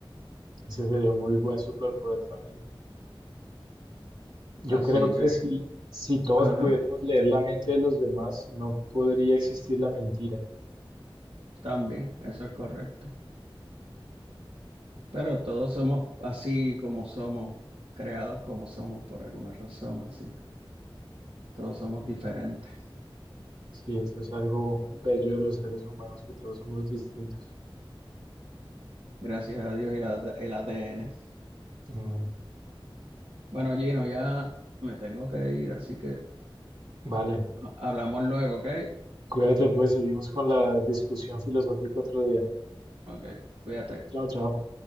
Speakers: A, on the right; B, on the right.
A: Ese sería un muy buen superpoder también. Yo
B: Así,
A: creo que
B: ver,
A: si, si todos
B: ajá,
A: pudiéramos leer la mente de los demás, no podría existir la mentira.
B: también, eso es correcto. Pero todos somos así como somos, creados como somos por alguna razón, así que todos somos diferentes.
A: Sí, eso es algo bello de los seres humanos, que todos somos distintos.
B: Gracias a Dios y la- el ADN.
A: Mm,
B: Bueno, Gino, ya me tengo que ir, así que
A: vale,
B: hablamos luego, ¿ok?
A: Cuídate, pues seguimos con la discusión filosófica otro día.
B: Ok, cuídate.
A: Chao, chao.